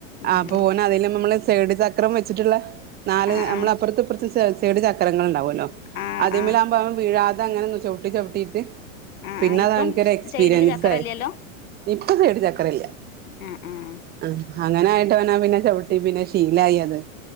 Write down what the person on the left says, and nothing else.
ഉം
ആ ആ
ആ
ആ
ആഹ്
ആഹ്
ഇപ്പം
സൈഡില് ചക്കരല്ലല്ലോ
ആഹ് ആഹ്